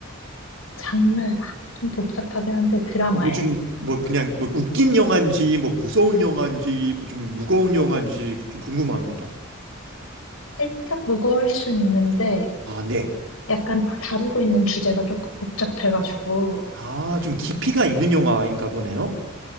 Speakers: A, on the left; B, on the right.
A: 장르 아, 좀 복잡하긴 한데 드라마예요.
B: 요즘 뭐 그냥 뭐 웃긴 영화인지 뭐 무서운 영화인지 뭐 좀 무거운 영화인지 좀 궁금합니다.
A: 살짝 무거울 순 있는데
B: 아, 네.
A: 약간 다루고 있는 주제가 조금 복잡해가지고
B: 아, 좀 깊이가 있는 영화인가 보네요.